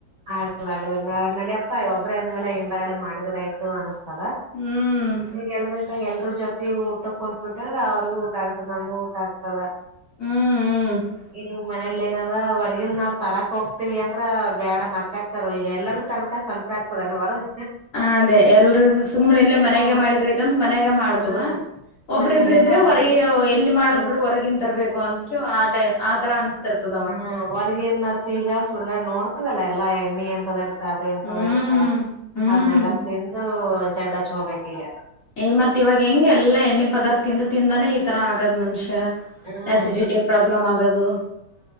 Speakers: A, on the right; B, on the left.
A: ಆಗ್ಲ ಆಗ್ಲ ನಡ್ಯಪ್ಪ ಒಬ್ರೆ ಇದಿವಲ್ಲ ಹಿಂದಗಡೆ ಮಾಡಿದ್ರ ಆಯ್ತು ಅದ
B: ಹ್ಮ್
A: ಈಗ ಎಲ್ <unintelligible> ಎಲ್ರು ಜೊತಿ ಊಟ ಕುತ್ಬಿಟ್ಟ ಅ್ರ ಅವ್ರಗೂ ಊಟ ಆಗ್ತದ ನಮಗ ಊಟ ಆಗ್ತದ.
B: ಹ್ಮ್ ಹ್ಮ್
A: ಇನ್ನು ಮನೇಲ್ ಏನರ ಹೊರ್ಗಿನ್ ನಾವ್ ತರಾಕ್ ಹೋಗ್ತಿವ್ ಅಂದ್ರ ಬೇಡ ಮತ್ತೆ ಆಕ್ತಾರ ಈಗ ಎಲ್ಲರೂ ತರ್ಬೇಕ ಸ್ವಲ್ಪ ಆಗ್ತದೇನ್ ಹೊರಗೆ.
B: ಹ ಅದೇ ಎಲ್ರು ಸುಮ್ಮ್ನೆ ಇಲ್ಲೇ ಮನ್ಯಾಗ
A: ಹ
B: ಮಾಡಿದ್ರ ಐತಂತ ಮನ್ಯಾಗ ಮಾಡ್ತದ.
A: ಹ
B: ಒಬ್
A: ಮನೆಯಲ್ಲೇ
B: ಇಬ್ರ ಇದ್ರೆ
A: ಮಾಡದ್ರು
B: ಹೊರಗೆ ಎಲ್ಲಿ ಮಾಡೋದ್
A: ಹ
B: ಬಿಡ್ ಹೊರಗಿನ್ ತರ್ಬೇಕು ಅಂತ್ ಆ ತರ ಅನ್ಸ್ತಿರ್ತದೆ.
A: ಹ್ಮ ಹೊರ್ಗಿಂದತ್ ಈಗ ಸುಡ್ಗ ನೋಡ್ ಇವಲ್ಲ ಎಲ್ಲಾ ಎಣ್ಣೆ ಎಂತ ಇರ್ತ ಅದ ಎಂತ
B: ಹ್ಮ್
A: ಇರ್ತ
B: ಹ್ಮ್
A: ಅದನ್ನಲ್ಲಾ ತಿಂದು ದಡ್ಡಚ್ ಹೋಗಬೇಕ ಈಗ
B: ಯ ಮತ್ ಇವಾಗ ಹೆಂಗಗೆ ಎಲ್ಲಾ ಎಣ್ಣೆ ಪದಾರ್ಥ ತಿಂದು ತಿಂದಾನೆ ಈ ತರ ಆಗದ್ ಮನುಷ್ಯ
A: ಹ್ಮ್
B: ಆಸಿಡಿಟಿ ಪ್ರಾಬ್ಲಮ್ ಆಗದು